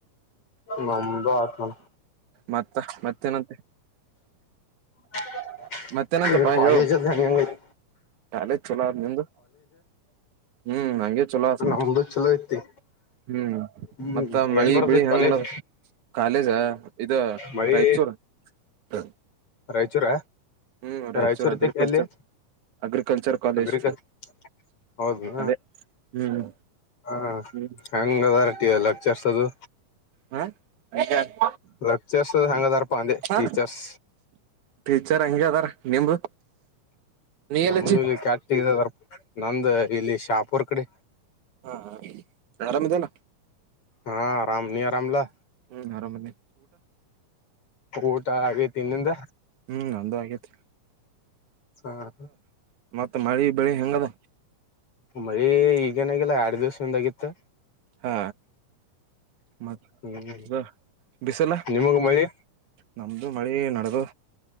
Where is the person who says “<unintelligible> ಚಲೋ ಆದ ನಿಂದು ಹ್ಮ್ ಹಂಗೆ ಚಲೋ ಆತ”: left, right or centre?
Right